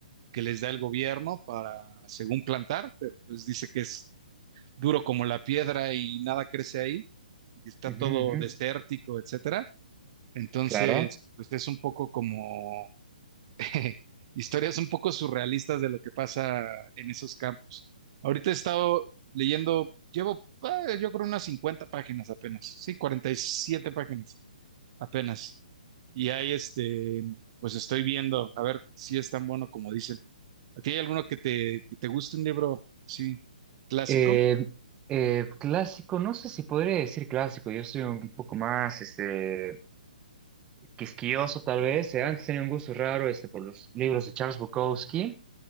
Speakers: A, on the right (about 40°); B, on the right (about 20°).
A: que les da el gobierno para, según plantar, pero pues dice que es duro como la piedra y nada crece ahí, y está
B: Ujú,
A: todo
B: ujú.
A: desértico, etcétera. Entonces,
B: Claro.
A: pues es un poco como <laughs> historias un poco surrealistas de lo que pasa en esos campos. Ahorita he estado leyendo, llevo ah, yo creo unas 50 páginas apenas, sí, 47 páginas apenas. Y ahí este, pues estoy viendo, a ver si es tan bueno como dicen. ¿A ti hay alguno que te, que te guste un libro, sí, clásico?
B: Eh, eh, clásico, no sé si podría decir clásico, yo soy un poco más este, quisquilloso tal vez. Eh, Antes tenía un gusto raro este, por los libros de Charles Bukowski.